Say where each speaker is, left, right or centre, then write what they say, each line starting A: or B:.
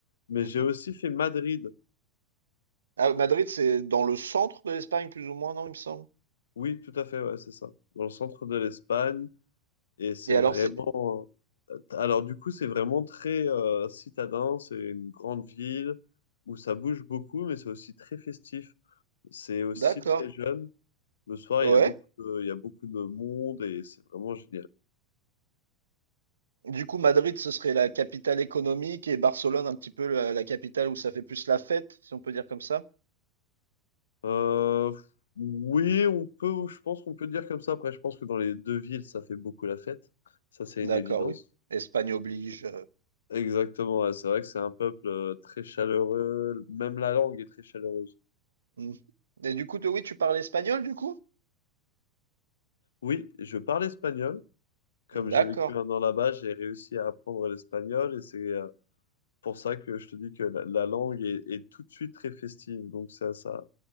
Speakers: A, on the left (about 65°); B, on the right (about 70°).
A: mais
B: Mhm.
A: j'ai aussi fait Madrid.
B: Ah, Madrid, c'est dans le centre de l'Espagne, plus ou moins, non, il me semble.
A: Oui, tout à fait, ouais, c'est ça. Dans le centre de l'Espagne. Et c'est
B: Et alors,
A: vraiment.
B: c'est,
A: Alors, du coup, c'est vraiment très euh, citadin. C'est une grande ville où ça bouge beaucoup, mais c'est aussi très festif. C'est aussi
B: d'accord,
A: très jeune. Le soir,
B: ouais.
A: il y a beaucoup de, il y a beaucoup de monde et c'est vraiment génial.
B: Du coup, Madrid, ce serait la capitale économique et Barcelone, un petit peu la, la capitale où ça fait plus la fête, si on peut dire comme ça.
A: Euh, oui, on peut, je pense qu'on peut dire comme ça. Après, je pense que dans les deux villes, ça fait beaucoup la fête. Ça, c'est
B: D'accord,
A: une évidence.
B: oui. Espagne oblige. euh,
A: Exactement, ouais, c'est vrai que c'est un peuple euh, très chaleureux. Même la langue est très chaleureuse.
B: Mmh. Et du coup, toi, oui, tu parles espagnol, du coup?
A: Oui, je parle espagnol. Comme j'ai
B: D'accord,
A: vécu un an là-bas, j'ai réussi à apprendre l'espagnol et c'est euh, pour ça que je te dis que la, la langue est, est tout de suite très festive. Donc ça, ça,